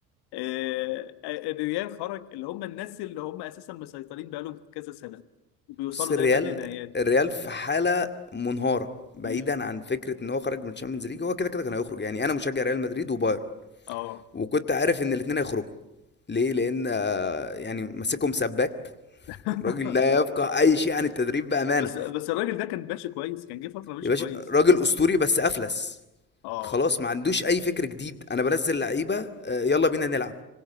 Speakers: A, on the left; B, on the left.
A: آه، آه، الريال خرج اللي هم الناس اللي هم اساسا مسيطرين بقالهم كذا سنه وبيوصلوا
B: بص الريال
A: دايما لنهايات
B: الريال في حالة منهارة بعيدا
A: امم
B: عن فكرة ان هو خرج من الشامبيونز ليج هو كده كده كان هيخرج يعني انا مشجع ريال مدريد وبايرن
A: اه
B: وكنت عارف ان الاتنين هيخرجوا ليه لان آه، يعني ماسكهم سباك
A: <laughs>
B: راجل لا يفقه اي شيء عن التدريب بامانه
A: بس بس الراجل ده كان ماشي كويس كان جه فتره ماشي
B: يا باشا
A: كويس
B: راجل اسطوري بس افلس
A: اه
B: خلاص ما عندوش اي فكر جديد انا بنزل لعيبه آه، يلا بينا نلعب